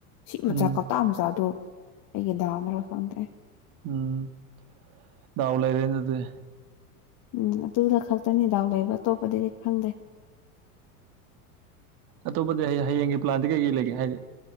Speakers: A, on the left; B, on the right.
A: ꯁꯤ ꯃꯆꯥ
B: ꯎꯝ
A: ꯀꯧꯇꯥ ꯃꯆꯥꯗꯣ ꯑꯩꯒꯤ ꯗꯥꯝ ꯔꯈꯗꯦ
B: ꯎꯝ ꯗꯗꯥꯎ ꯂꯩꯔꯗꯤ
A: ꯎꯝ ꯑꯗꯨꯗ ꯈꯛꯇꯅꯤ ꯗꯥꯎ ꯂꯩꯕ ꯑꯇꯣꯞꯄꯗꯤ ꯈꯪꯗꯦ
B: ꯑꯇꯣꯞꯄꯗꯤ ꯑꯩ ꯍꯌꯦꯡꯒꯤ ꯄ꯭ꯂꯥꯟꯗꯤ ꯀꯩꯀꯩ ꯂꯩꯒꯦ ꯍꯥꯏꯁꯦ